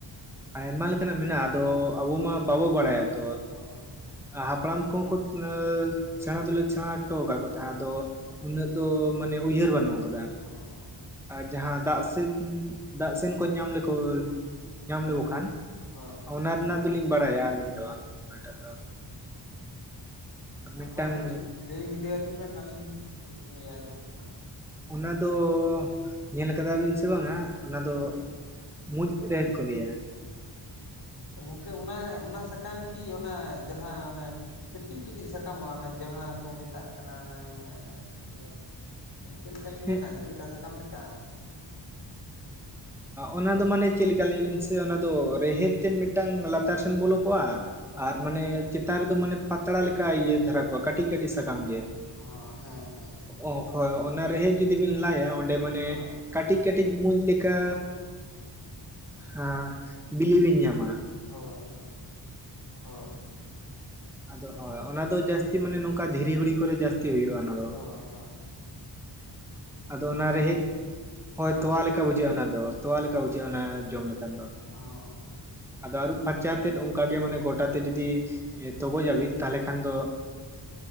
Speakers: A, in the centre; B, on the left.
A: ᱟᱭᱢᱟ ᱞᱮᱠᱟᱱᱟᱜ ᱢᱮᱱᱟᱜᱼᱟ, ᱟᱫᱚ ᱟᱵᱚ ᱢᱟ ᱵᱟᱵᱚ ᱵᱟᱲᱟᱭᱟ ᱛᱚ᱾
B: ᱚ
A: ᱟᱨ ᱦᱟᱯᱲᱟᱢ ᱠᱚᱦᱚᱸ ᱠᱚ ᱥᱮᱬᱟ ᱫᱚᱞᱮ ᱥᱮᱬᱟ ᱦᱚᱴᱚ ᱟᱠᱟᱫ ᱠᱚ ᱛᱟᱦᱮᱸᱫ
B: ᱦᱳᱭ
A: ᱟᱫᱚ, ᱩᱱᱟᱹᱜ ᱫᱚ ᱢᱟᱱᱮ ᱩᱭᱦᱟᱹᱨ ᱵᱟᱱᱩᱜ ᱟᱠᱟᱫᱟ᱾
B: ᱚ
A: ᱡᱟᱸᱦᱟᱸ ᱫᱟᱜ ᱥᱮᱱ ᱫᱟᱜ ᱥᱮᱱ ᱠᱚ ᱧᱟᱢ ᱞᱮᱠᱚ ᱧᱟᱢ ᱞᱮᱠᱚ
B: ᱦᱳᱭ
A: ᱠᱷᱟᱱ
B: ᱦᱳᱭ
A: ᱚᱱᱟ ᱨᱮᱱᱟᱜ ᱫᱚᱞᱤᱧ ᱵᱟᱲᱟᱭᱟ ᱟᱹᱞᱤᱧ ᱫᱚ ᱚᱱᱟᱴᱟᱜ ᱫᱚ᱾ ᱢᱤᱫᱴᱟᱝ
B: ᱚ ᱢᱟ ᱠᱟᱹᱴᱤᱡ ᱞᱟᱹᱭ ᱵᱤᱰᱟᱹ ᱟᱹᱞᱤᱧ ᱵᱮᱱ ᱟᱹᱞᱤᱧ ᱠᱟᱹᱴᱤᱡ ᱞᱤᱧ ᱟᱸᱡᱚᱢᱼᱟ᱾
A: ᱚᱱᱟ ᱫᱚ ᱧᱮᱞ ᱠᱟᱫᱟ ᱵᱤᱱ ᱥᱮ ᱵᱟᱝ-ᱟ ᱚᱱᱟ ᱫᱚ
B: ᱦᱳᱭ
A: ᱢᱩᱡᱽ ᱨᱮᱦᱮᱫ ᱠᱚ ᱞᱮᱭᱟ᱾
B: ᱚ ᱜᱚᱢᱠᱮ ᱚᱱᱟ ᱚᱱᱟ ᱥᱟᱠᱟᱢ ᱠᱤ ᱚᱱᱟ ᱡᱟᱦᱟᱸ ᱚᱱᱮ ᱠᱟᱹᱴᱤᱡ ᱠᱟᱹᱴᱤᱡ ᱥᱟᱠᱟᱢᱚᱜᱼᱟ ᱚᱱᱮ ᱡᱟᱦᱟᱸ ᱠᱚ ᱢᱮᱛᱟᱜ ᱠᱟᱱᱟ ᱚᱱᱮ ᱤᱭᱟᱹ ᱪᱮᱫ ᱞᱮᱠᱟᱞᱤᱧ
A: ᱦᱮᱸ
B: ᱢᱮᱱᱟ ᱪᱮᱫ ᱞᱮᱠᱟ ᱥᱟᱠᱟᱢ ᱞᱮᱠᱟ ᱾
A: ᱚᱱᱟ ᱫᱚ ᱢᱟᱱᱮ ᱪᱮᱫ ᱞᱮᱠᱟ ᱞᱟᱹᱭ ᱵᱤᱱ ᱥᱮ ᱚᱱᱟ
B: ᱦᱳᱭ
A: ᱫᱚ ᱨᱮᱦᱮᱫ ᱛᱮᱫ ᱢᱤᱫᱴᱟᱱ ᱞᱟᱛᱟᱨ ᱥᱮᱱ ᱵᱚᱞᱚ ᱠᱚᱜᱼᱟ
B: ᱦᱳᱭ
A: ᱟᱨ ᱢᱟᱱᱮ ᱪᱮᱛᱟᱱ ᱨᱮᱫᱚ ᱢᱟᱱᱮ ᱯᱟᱛᱲᱟ ᱞᱮᱠᱟ ᱤᱭᱟᱹ ᱫᱷᱟᱨᱟ ᱠᱚᱜ-ᱟ ᱠᱟᱹᱴᱤᱡ ᱠᱟᱹᱴᱤᱡ ᱥᱟᱠᱟᱢ ᱜᱮ ᱾
B: ᱦ ᱦᱮᱸ ᱦᱮᱸ ᱾
A: ᱚ ᱦᱳᱭ ᱚᱱᱟ ᱨᱮᱦᱮᱫ ᱡᱩᱫᱤᱵᱤᱱ ᱞᱟᱭᱟ ᱚᱸᱰᱮ ᱢᱟᱱᱮ
B: ᱦᱳᱭ
A: ᱠᱟᱹᱴᱤᱡ ᱠᱟᱹᱴᱤᱡ ᱢᱩᱸᱡ ᱞᱮᱠᱟ ᱦᱮᱸ ᱵᱤᱞᱤᱵᱤᱱ ᱧᱟᱢᱟ ᱾
B: ᱦᱳᱭ ᱦᱳᱭ ᱦᱳᱭ ᱾
A: ᱟᱫᱚ ᱦᱳᱭ ᱚᱱᱟ ᱫᱚ ᱡᱟᱹᱥᱛᱤ ᱢᱟᱱᱮ ᱱᱚᱝᱠᱟ ᱫᱷᱤᱨᱤ ᱦᱩᱲᱤ ᱠᱚᱨᱮ ᱡᱟᱹᱥᱛᱤ ᱦᱩᱭᱩᱜᱼᱟ ᱚᱱᱟ ᱫᱚ ᱾
B: ᱦᱳᱭ ᱦᱮ ᱾
A: ᱟᱫᱚ ᱚᱱᱟ ᱨᱮᱦᱮᱫ ᱦᱳᱭ
B: ᱦᱮᱸ ᱢᱟ
A: ᱛᱚᱣᱟ
B: ᱞᱟᱹᱭ
A: ᱞᱮᱠᱟ
B: ᱵᱤᱱ
A: ᱵᱩᱡᱷᱟᱹᱜᱼᱟ, ᱚᱱᱟ ᱫᱚ ᱛᱚᱣᱟ ᱞᱮᱠᱟ ᱵᱩᱡᱷᱟᱹᱜᱼᱟ ᱾ ᱚᱱᱟ ᱡᱚᱢ ᱞᱮᱠᱷᱟᱱ ᱫᱚ ᱾
B: ᱚᱻ
A: ᱟᱫᱚ ᱟᱹᱨᱩᱵ ᱯᱷᱟᱨᱪᱟ ᱠᱟᱛᱮᱫ ᱚᱱᱠᱟᱜᱮ ᱢᱟᱱᱮ ᱜᱚᱴᱟᱛᱮ
B: ᱦᱳᱭ
A: ᱡᱩᱫᱤ ᱛᱚᱜᱚᱡᱟᱵᱤᱱ ᱛᱟᱦᱚᱞᱮ ᱠᱷᱟᱱ
B: ᱦᱳᱭ
A: ᱫᱚ